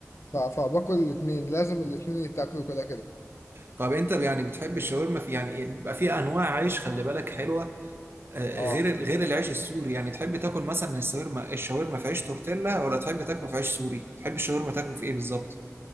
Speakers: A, on the left (about 60°); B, on the right (about 45°).
A: ف- فباكل الاثنين لازم الاثنين يتاكلوا كده كده
B: طب انت يعني بتحب الشاورما في يعني إيه؟ بيبقى فيها انواع عيش خلي بالك حلوة آه،
A: اه
B: غير غير العيش السوري يعني تحب تاكل مثلا الشاورما الشاورما في عيش تورتيلا ولا تحب تاكله في عيش سوري تحب الشاورما تاكله في ايه بالظبط